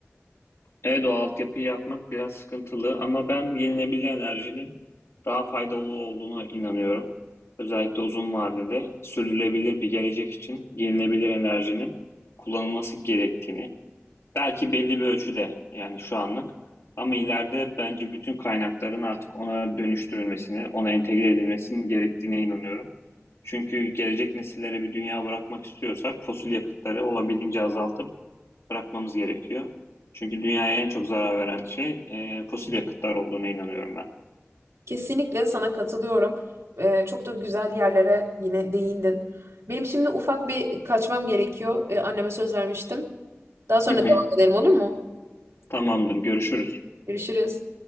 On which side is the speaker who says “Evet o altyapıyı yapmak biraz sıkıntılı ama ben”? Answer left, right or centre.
Left